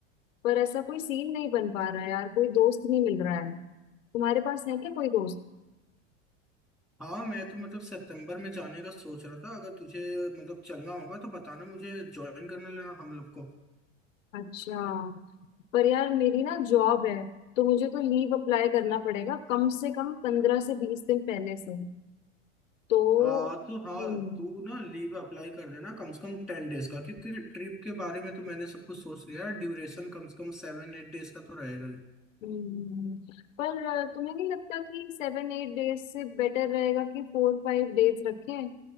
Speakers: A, on the left (about 85°); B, in the centre.
A: पर ऐसा कोई सीन नहीं बन पा रहा है यार कोई दोस्त नहीं मिल रहा है तुम्हारे पास है क्या कोई दोस्त
B: हाँ मैं तो मतलब सितंबर में जाने का सोच रहा था अगर तुझे मतलब चलना होगा तो बताना मुझे ज्वाइन करने लेना हम लोग को
A: अच्छा पर यार मेरी ना जॉब है तो मुझे तो लीव अप्लाई करना पड़ेगा कम से कम पंद्रह से बीस दिन पहले से तो
B: आ, तो हाँ
A: हम्म
B: तू ना लीव अप्लाई कर देना कम से कम टेन डेज का क्योंकि ट्रिप के बारे में तो मैंने सब कुछ सोच लिया है ड्यूरेशन कम से कम सेवन एट डेज का तो रहेगा ही
A: हम्म पर अ, तुम्हें नहीं लगता कि सेवन एट डेज से बेटर रहेगा कि फोर फाइव डेज रखें